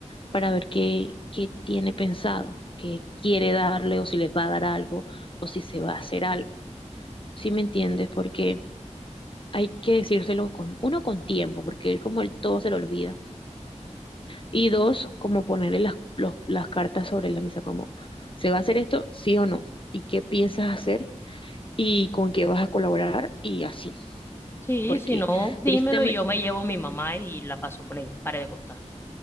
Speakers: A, on the left (about 45°); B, on the left (about 20°).
A: para ver qué, qué tiene pensado, qué quiere darle o si les va a dar algo o si se va a hacer algo, sí me entiendes? Porque hay que decírselo con, uno, con tiempo, porque él como él todo se lo olvida, y dos, como ponerle las, los- las cartas sobre la mesa, como, ¿se va a hacer esto, sí o no? ¿Y qué piensas hacer? y con qué vas a colaborar y así,
B: Sí,
A: porque
B: si no, dímelo
A: tristemente,
B: y yo me llevo a mi mamá y la paso con ella. Pare de contar.